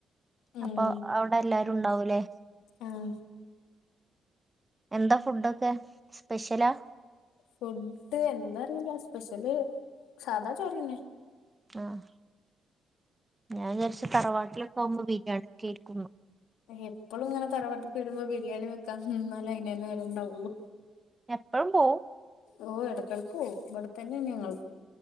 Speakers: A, on the left; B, on the right.
A: ഉം
B: അപ്പൊ അവിടെ എല്ലാരും ഉണ്ടാവൂലേ.
A: ആഹ്
B: എന്താ ഫുഡൊക്കെ? സ്പെഷ്യലാ
A: ഫുഡ് എന്താറില സ്പെഷ്യല് സാദാ ചോറന്നെ.
B: ആഹ്, ഞാൻചാരിച്ച്, തറവാട്ടിലൊക്കെ ആവുമ്പോ ബിരിയാണിക്കെയിരികെന്ന്.
A: എപ്പളും ഇങ്ങനെതറവാട്ട്ക്ക്കെ രുമ്പോ, ബിരിയാണി വെക്കാന്നാല്ലേ അയിന്ന്തന്നെ, നേരം ഇണ്ടാവള്ളു.
B: എപ്പഴും പോവും
A: ഓ. ഇടക്കിടക്കുവോ ഇവിടെത്തന്നെയാണ് ഞങ്ങള്.